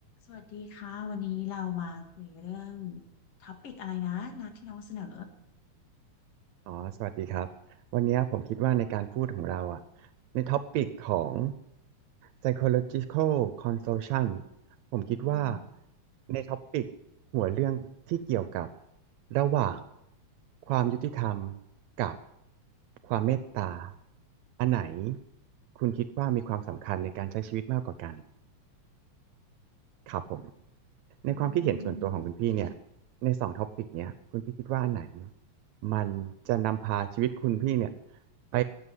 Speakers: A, on the left (about 60°); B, on the right (about 75°).
A: สวัสดีค่ะวันนี้เรามาคุยเรื่องท็อปิกอะไรนะนัดที่น้องเสนอ
B: อ๋อสวัสดีครับวันนี้ผมคิดว่าในการพูดของเราอ่ะในท็อปิกของ psychological consultation ผมคิดว่า
A: อืม
B: ในท็อปิกหัวเรื่องที่เกี่ยวกับระหว่างความยุติธรรมกับความเมตตาอันไหนคุณคิดว่ามีความสำคัญในการใช้ชีวิตมากกว่ากัน ครับผมในความคิดเห็นส่วนตัวของคุณพี่เนี่ย
A: อืม
B: ในสองท็อปิกเนี่ยคุณพี่คิดว่าอันไหนมันจะนำพาชีวิตคุณพี่เนี่ยไป